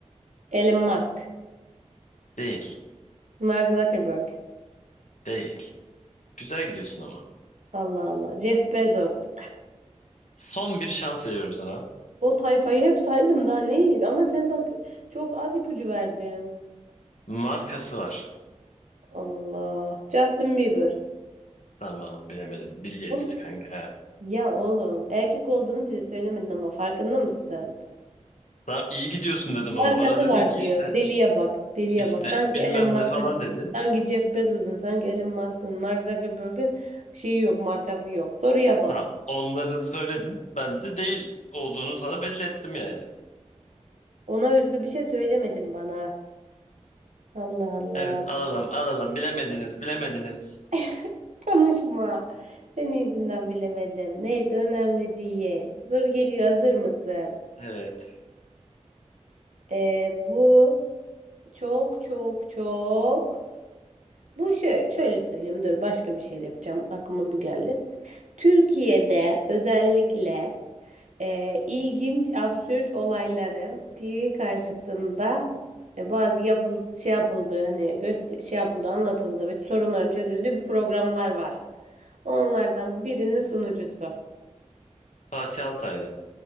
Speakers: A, on the right (about 75°); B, on the left (about 80°).
A: Elon Musk.
B: Değil.
A: Mark Zuckerberg.
B: Değil. Güzel gidiyorsun ama.
A: Allah Allah. Jeff Bezos.
B: Son bir şans veriyorum sana.
A: O tayfayı hep saydım daha ne? Ama sen bak çok az ipucu verdin.
B: Markası var.
A: Allah Allah. Justin Bieber.
B: Tamam bilemedin. Bill Gates
A: Oğlum-
B: kanka.
A: Ya oğlum erkek olduğunu bile söylemedin ama farkında mısın?
B: Tamam iyi gidiyorsun dedim
A: Markası
B: ama bana dedin
A: var
B: ki
A: diyor.
B: işte
A: Deliye bak. Deliye
B: işte
A: bak. Sanki
B: bilmem
A: Elon Musk'ın,
B: ne falan dedin.
A: sanki Jeff Bezos'un, sanki Elon Musk'ın, Mark Zuckerberg'ün şeyi yok, markası yok. Soruya bak.
B: Tamam. Onları söyledin. Ben de değil olduğunu sana belli ettim yani.
A: Ona özgü bir şey söylemedin bana. Allah Allah.
B: Evet alalım alalım. Bilemediniz bilemediniz.
A: <laughs> Konuşma. Senin yüzünden bilemedim. Neyse önemli değil. Soru geliyor. Hazır mısın?
B: Evet.
A: Ee, bu çok çok çok. Bu şöyle, şöyle söyleyeyim. Dur başka bir şey de yapacağım. Aklıma bu geldi. Türkiye'de özellikle e, ilginç, absürt olayların TV karşısında e, bazı yapıl şey yapıldığı hani göster şey yapıldı, anlatıldı ve sorunların çözüldüğü bir programlar var. Onlardan birinin sunucusu.
B: Fatih Altaylı.